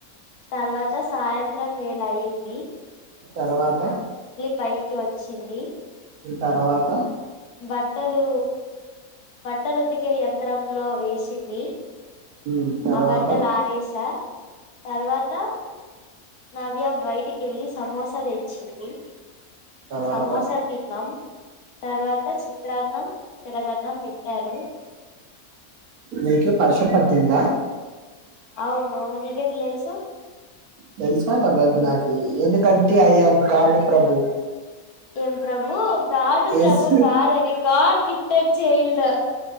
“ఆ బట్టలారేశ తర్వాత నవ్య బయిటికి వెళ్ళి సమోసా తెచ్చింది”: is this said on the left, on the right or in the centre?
Left